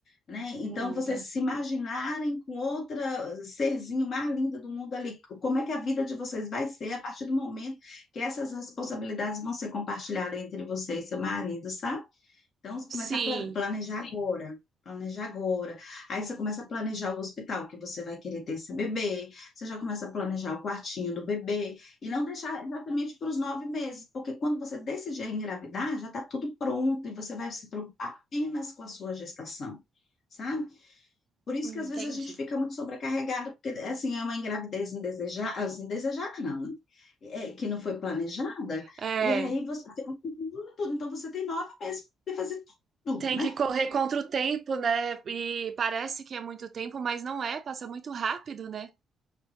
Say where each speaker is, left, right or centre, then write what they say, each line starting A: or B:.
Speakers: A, on the left; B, on the right.
A: Né? Então,
B: muda.
A: vocês se imaginarem com outra serzinho mais linda do mundo ali, como é que a vida de vocês vai ser a partir do momento que essas responsabilidades vão ser compartilhadas entre você e seu marido, sabe? Então, você
B: Sim,
A: começa a pla- planejar Sim. agora. Planejar agora. Aí você começa a planejar o hospital que você vai querer ter esse bebê. Você já começa a planejar o quartinho do bebê. E não deixar exatamente para os nove meses, porque quando você decidir engravidar, já está tudo pronto e você vai se preocupar apenas com a sua gestação, sabe? Por isso
B: entendi.
A: que às vezes a gente fica muito sobrecarregada, porque assim é uma engravidez indesejada, assim, não, né? É, que não foi planejada,
B: É.
A: e aí você tem tudo, então você tem nove meses para fazer tudo,
B: Tem
A: né?
B: que correr contra o tempo, né? E parece que é muito tempo, mas não é, passa muito rápido, né?